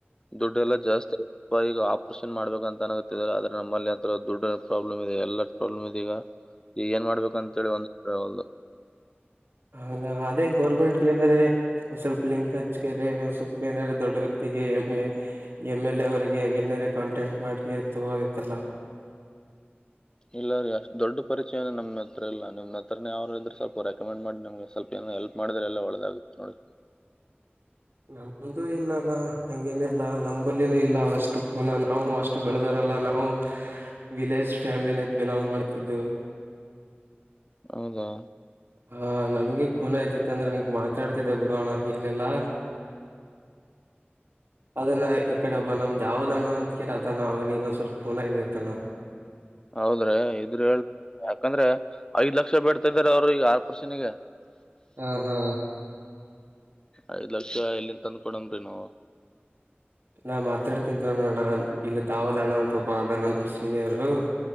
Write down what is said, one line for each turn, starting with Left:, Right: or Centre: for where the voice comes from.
Left: ದುಡ್ಡೆ ಎಲ್ಲಾ ಜಾಸ್ತಿ ಆ ಕೊಯದ ಆಪರೇಷನ್ ಮಾಡ್ಬೇಕ ಅಂತ ಅನಗತ್ತಿದಿದ್ದಾರೆ ಆದ್ರೆ ನಮ್ಮಲ್ಲಿ ಯಂತ್ರ ದುಡ್ಡ ಪ್ರಾಬ್ಲಮ್ ಇದೆ ಎಲ್ಲ ಪ್ರಾಬ್ಲಮ್ ಇದೆ ಈಗ ಈಗ ಏನ್ ಮಾಡ್ಬೇಕಂತೇಳಿ ಒಂದು ತಿಳಿವಲ್ದು
Right: ಹಂಗ ಅದೇ ಗೌರ್ಮೆಂಟ್ಗೆ ಏನರೆ ಒಂದ್ ಸ್ವಲ್ಪ ಲಿಂಕ್ ಹಚ್ಕರೆ ಒಂದ್ ಸ್ವಲ್ಪ ಏನಾರ ದೊಡ್ಡ ವ್ಯಕ್ತಿಗೆ ಎಮ್ಮೆ ಎಮ್ ಎಲ್ ಎ ಅವರಿಗೆ ಏನಾರ ಕಾಂಟೆಂಟ್ ಮಾಡ್ಕರೆ ತಗೋದಿತ್ತಲ್ಲ
Left: ಇಲ್ಲ ರೀ ಅಷ್ಟು ದೊಡ್ ಪರಿಚಯನ ನಮ್ಮ್ ಹತ್ರ ಇಲ್ಲ ನಿಮ್ ಹತ್ರನ ಯಾವರ ಇದ್ರ ಸ್ವಲ್ಪ ರೆಕಮೆಂಡ್ ಮಾಡಿ ನಮಗೆ ಸ್ವಲ್ಪ ಏನೋ ಹೆಲ್ಪ್ ಮಾಡಿದ್ರೆಲ್ಲ ಒಳ್ಳದಾಗುತ್ತೆ ನೋಡಿ.
Right: ನಮ್ದು ಇಲ್ಲಾನ ಹಂಗೇನ ಇಲ್ಲ ನಂಬಲ್ಲಿನೂ ಇಲ್ಲ ಅಷ್ಟು ಕೋನ ನಾವು ಅಷ್ಟು ಅಷ್ಟು ಬೆಳೆದಾರಲ್ಲ ನಾವು ವಿಲೇಜ್ ಫ್ಯಾಮಿಲಿನ ಬಿಲಾಂಗ್ ಮಾಡ್ತಿದ್ದುವ
Left: ಹೌದಾ
Right: ಹಾ ನಮ್ಗೆ ಖೂನ ಇದ್ತಿತ್ತಂದ್ರ ಹಂಗ ಮಾತಾಡ್ತಿದ್ದೆ ಬಿಡೋಣ ಹಂಗೇನಿಲ್ಲಾ. ಅದನ್ನ ಈ ಕಡೆ ಒಬ್ಬ ನಮ್ ದಾವದ ಅಣ್ಣ ಒಂದ್ ಕೇರ್ ಅದಾನ ಅವನಗ ಒಂದ ಸ್ವಲ್ಪ ಫೋನ ಇದಐತಣ್ಣ
Left: ಹೌದ್ರೆ ಇದರು ಹೇಳ್ ಯಾಕಂದ್ರೆ ಐದ್ ಲಕ್ಷ ಬೇಡ್ತಾದರ ಅವರು ಈಗ ಆಪರೇಷನ್ ಗೆ
Right: ಹಾ ಹಾ
Left: ಐದ್ ಲಕ್ಷ ಎಲ್ಲಿಂದ ತಂದ ಕೊಡನರಿ ನಾವು
Right: ನಾ ಮಾತಾಡತನ್ ತಗೋ ಅಣ್ಣ ಇಲ್ಲಿ ದಾವದಣ್ಣ ಅಂತ ಒಬ್ಬ ಅದಣ ನಮ್ಮ್ ಸೀನಿಯರು